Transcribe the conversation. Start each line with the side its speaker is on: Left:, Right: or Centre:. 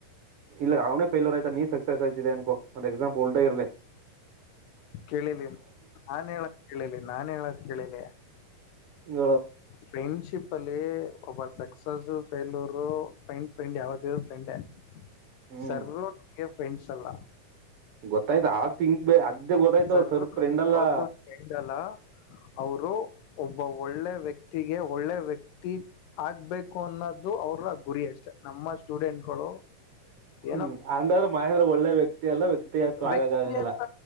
Right: ಇಲ್ಲ ಅವ್ನ ಫೈಲರ್ ಆಯತಾ ನೀ ಸಕ್ಸಸ್ಯಐತಿದೆ ಅನ್ಕ ಒಂದ ಎಕ್ಸಂಪ್ ಉಲ್ಡ ಇಲಿ <unintelligible>
Left: ಕೇಳಲಿ ನಾನ್ ಹೇಳದ ಕೇಳಲಿ ನಾನ ಹೇಳದ ಕೇಳಿಲ್ಲಿ
Right: ಹೇಳು
Left: ಫ್ರೆಂಡ್ಶಿಪ್ ಅಲ್ಲಿ ಒಬ್ಬ ಸಕ್ಸಸ್ ಫೇಲ್ಯೂರ್ ಫ್ರೆಂಡ್ ಫ್ರೆಂಡ್ ಯಾವ್ದರು ಫ್ರೆಂಡೆ
Right: ಹ್ಮ್
Left: ಸರ್ರು ನಗೆ ಫ್ರೆಂಡ್ಸ್ ಅಲ್ಲ
Right: ಗೊತ್ತಾಯ್ತ ಆ ತಿಂಗ್ ಅದ್ದೇ ಗೊತ್ತಾಯ್ತು
Left: ಸರ್
Right: ಸರ್ದ ಫ್ರೆಂಡ್ ಅಲ್ಲಾ
Left: ಯಾವತ್ತೂ ಫ್ರೆಂಡ್ ಅಲ್ಲ ಅವರು ಒಬ್ಬ ಒಳ್ಳೆ ವ್ಯಕ್ತಿಗೆ ಒಳ್ಳೆ ವ್ಯಕ್ತಿ ಆಗ್ಬೇಕು ಅನ್ನೋದು ಅವ್ರ ಗುರಿ ಅಷ್ಟೇ ನಮ್ಮ ಸ್ಟೂಡೆಂಟ್ಗಳು
Right: ಹ್ಮ್
Left: ಏನೋ
Right: ಅಂದ್ರ ಮಹೇಂದ್ರ ಒಳ್ಳೆ ವ್ಯಕ್ತಿ ಎಲ್ಲ ವ್ಯಕ್ತಿಯತು
Left: ವ್ಯಕ್ತಿ
Right: ಆಗಕ ಆಗಲ್ಲ
Left: ಅಂತ